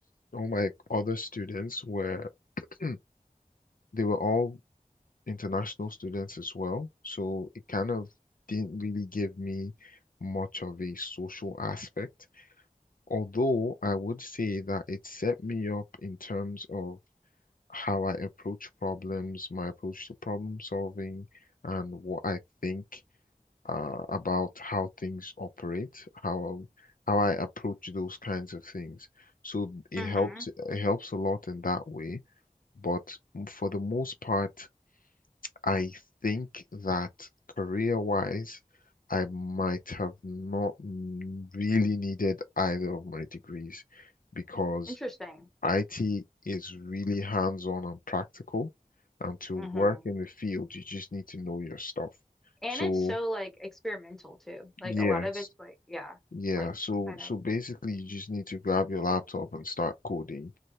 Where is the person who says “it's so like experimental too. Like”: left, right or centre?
Centre